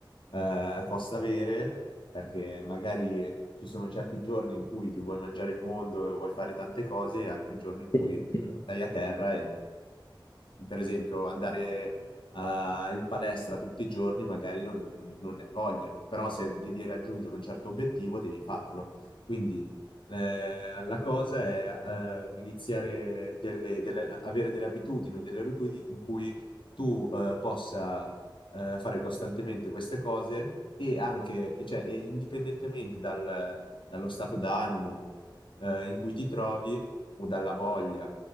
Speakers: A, on the left; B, on the left.
A: eh, costa avere, perché magari ci sono certi giorni in cui ti vuoi mangiare il mondo e vuoi fare tante cose, e altri giorni in cui
B: sì, è chiaro.
A: stai a terra e, per esempio, andare eh, in palestra tutti i giorni magari non, non ne hai voglia, però se devi raggiungere un certo obiettivo devi farlo. Quindi eh, la cosa è eh, iniziare delle, delle- avere delle abitudini, delle routine in cui tu eh, possa eh, fare costantemente queste cose e anche, e cioè, e indipendentemente dal- dallo stato d'animo eh, in cui ti trovi o dalla voglia